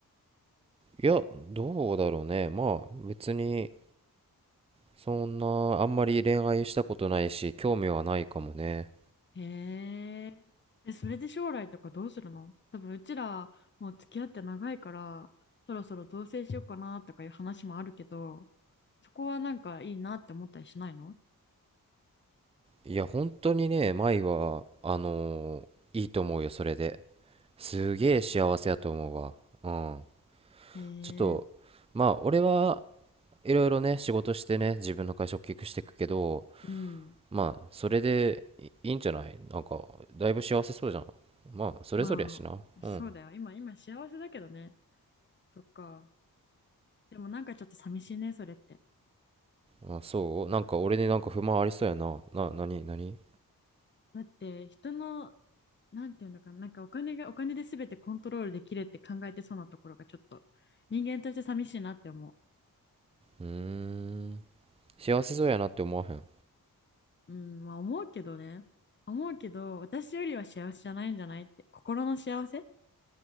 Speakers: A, on the right; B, on the left.
A: いやどうだろうねまあ別にそんなあんまり恋愛したことないし興味はないかもね
B: へえ。え、それで将来とかどうするの多分うちらもう付き合って長いから、そろそろ同棲しようかなとかいう話もあるけど、そこはなんかいいなって思ったりしないの
A: いや本当にね舞はあのーいいと思うよそれですげえ幸せやと思うわうん
B: へえ。
A: ちょっとまあ俺はいろいろね、仕事してね、自分の会社を大きくしていくけど、
B: うん。
A: まあ、それでいいいんじゃないなんか、だいぶ幸せそうじゃん。まあ、それぞれやしな。
B: まあ、そうだよ。
A: うん。
B: 今、今幸せだけどね。そっか。でもなんかちょっと寂しいね、それって。
A: まあ、そうなんか俺になんか不満ありそうやな。な、なに、なに
B: だって人の、なんていうのかな、なんかお金がお金で全てコントロールできるって考えてそうなところがちょっと人間として寂しいなって思う。
A: うーん。幸せそうやなって思わへん。
B: うん、まあ思うけどね。思うけど、私よりは幸せじゃないんじゃないって、心の幸せっ